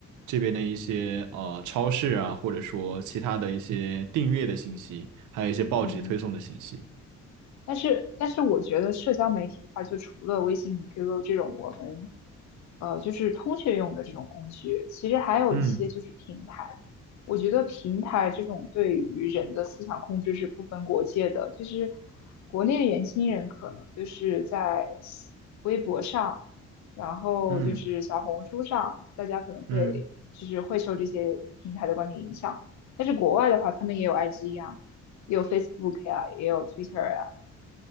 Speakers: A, on the right; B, on the left.
A: 这边的一些呃超市啊，或者说其他的一些订阅的信息，还有一些报纸推送的信息。
B: 嗯。但是，但是我觉得社交媒体的话，就除了微信、QQ 这种我们呃就是通讯用的这种工具，其实还有一些就是平台。
A: 嗯
B: 我觉得平台这种对于人的思想控制是不分国界的，就是国内的年轻人可能就是在微博上，然后就是小红书上，
A: 嗯
B: 大家可能会就是会受这些平台的观点影响。
A: 嗯。
B: 但是国外的话，他们也有 IG 呀，也有 Facebook 呀、也有 Twitter 呀、